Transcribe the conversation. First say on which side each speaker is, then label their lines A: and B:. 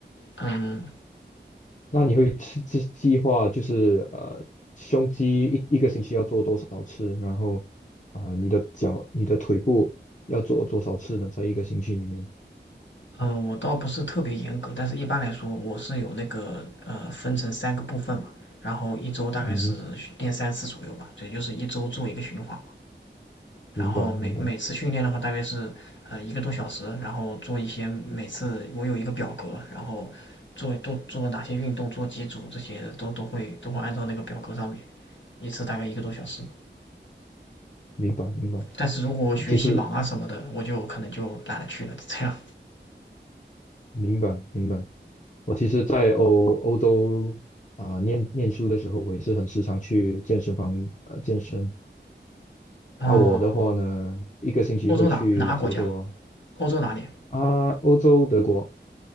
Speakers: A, on the left; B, on the left.
A: 嗯，
B: 那你会计计计划就是呃，胸肌一一个星期要做多少次，然后啊、你的脚、你的腿部要做多少次呢？在一个星期里面，
A: 嗯、呃我倒不是特别严格，但是一般来说，我是有那个呃分成三个部分嘛，然后一周大概是训练三次左右吧，
B: 嗯哼，
A: 也就是一周做一个循环，然后每每次训练的话大概是呃一个多小时，
B: 明白，明白，
A: 然后做一些每次我有一个表格，然后做都做哪些运动，做几组这些都都会都会按照那个表格上面，一次大概一个多小时。
B: 明白，明白。
A: 但是如果我学习忙啊什么的，
B: 啊其实
A: 我就可能就懒得去了，这样。
B: 明白，明白。我其实，在欧欧洲啊、念念书的时候，我也是很时常去健身房呃健身。
A: 哦，
B: 啊，我的话呢，一个星期会去差不多
A: 欧洲哪哪个国家？欧洲哪里？
B: 啊，欧洲德国，